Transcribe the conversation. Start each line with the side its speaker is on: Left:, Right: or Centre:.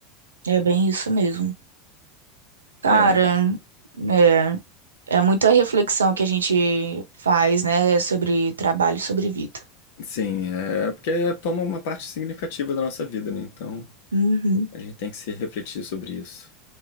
Right: é bem isso mesmo. Cara,
Left: É,
Right: é, é muita reflexão que a gente faz, né, sobre trabalho, e sobre vida.
Left: sim, é porque toma uma parte significativa da nossa vida, né? Então
Right: Uhum.
Left: a gente tem que se refletir sobre isso.